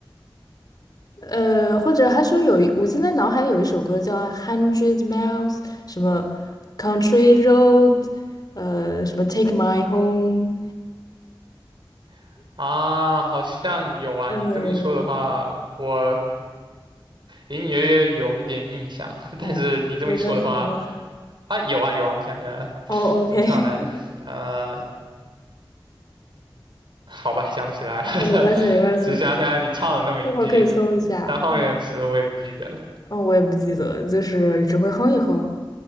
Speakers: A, on the left; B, on the right.
A: 呃，或者还说有一，我现在脑海里有一首歌叫《Hundred Miles》，什么 Country Road，呃，什么 Take My Home。
B: <laughs> 啊，好像有啊，
A: 嗯
B: 你这么一说的话，我隐隐约约有一点印象，<laughs>
A: 哦，
B: 但是你这么一说的话，
A: 没关系，没关系。
B: 啊，有啊有啊，我想起来了，
A: 哦，OK，
B: 怎么唱来着？
A: <laughs>
B: 呃，好吧，想不起来了，
A: 哦，没关系，
B: <laughs>
A: 没关系，
B: 只想起来你唱了那么一句，
A: 一会儿可以搜一下。
B: 但后面的词我也不记得了。
A: 哦，我也不记得，就是只会哼一哼。